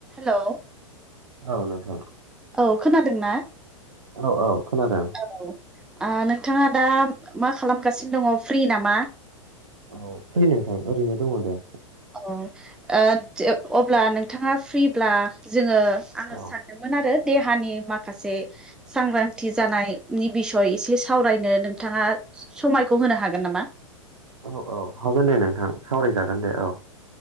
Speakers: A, in the centre; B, on the right.
A: हेलौ
B: औ नोंथां
A: औ खोनादोंना?
B: औ औ खोनादों
A: औ आ नोंथांङा दा मा खालामगासिनो दङ फ्रि नामा?
B: औ फ्रि नोंथां ओरैनो दङ दे।
A: औ ओ अब्ला नोंथांङा फ्रिब्ला जोङो आंङो
B: औ
A: सानदोंमोन आरो देहानि माखासे सांग्रांथि जानायनि बिसय एसे सावरायनो नोंथांङा समायखौ होनो हागोन नामा?
B: औ औ हागोन दे नोंथां सावरायजागोन दे औ।